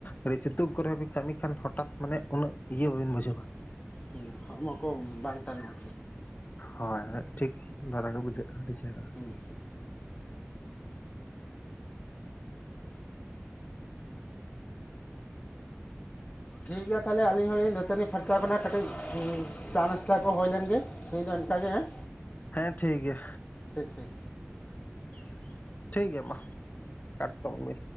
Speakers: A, on the left; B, on the left.
A: ᱟᱹᱰᱤ ᱥᱤᱛᱩᱝ ᱠᱚᱨᱮ ᱦᱚᱸᱵᱤᱱ ᱠᱟᱹᱢᱤ ᱠᱷᱟᱱ ᱦᱚᱴᱟᱛ ᱢᱟᱱᱮ ᱩᱱᱟᱹᱜ ᱤᱭᱟᱹ ᱵᱟᱹᱵᱤᱱ ᱵᱩᱡᱷᱟᱹᱣᱟ᱾
B: ᱦᱩᱸ ᱦᱚᱲᱢᱚ ᱠᱚ ᱵᱟᱝ ᱴᱟᱱᱚᱜᱼᱟ᱾
A: ᱦᱚᱭ ᱦᱚᱭ ᱴᱷᱤᱠ ᱫᱷᱟᱨᱟ ᱜᱮ ᱵᱩᱡᱷᱟᱹᱜᱼᱟ ᱟᱹᱰᱤ ᱪᱮᱦᱨᱟ᱾
B: ᱦᱩᱸ ᱦᱩ ᱴᱷᱤᱠ ᱜᱮᱭᱟ ᱛᱟᱦᱞᱮ ᱟᱹᱞᱤᱧ ᱦᱚᱸᱞᱤᱧ ᱫᱟᱹᱛᱟᱹᱱᱤ ᱯᱷᱟᱨᱪᱟᱣ ᱠᱟᱱᱟ ᱠᱟᱹᱴᱤᱡ ᱩᱸ ᱪᱟ ᱱᱟᱥᱛᱟ ᱠᱚ ᱦᱳᱭᱞᱮᱱ ᱜᱮ᱾ ᱛᱮᱦᱮᱧ ᱫᱚ ᱮᱱᱠᱟᱜᱮ ᱦᱮᱸ
A: ᱦᱮᱸ ᱴᱷᱤᱠ ᱜᱮᱭᱟ
B: ᱴᱷᱤᱠ ᱴᱷᱤᱠ <unintelligible>
A: ᱴᱷᱤᱠ ᱜᱮᱭᱟ ᱢᱟ ᱠᱟᱴᱴᱚᱜ ᱢᱮ᱾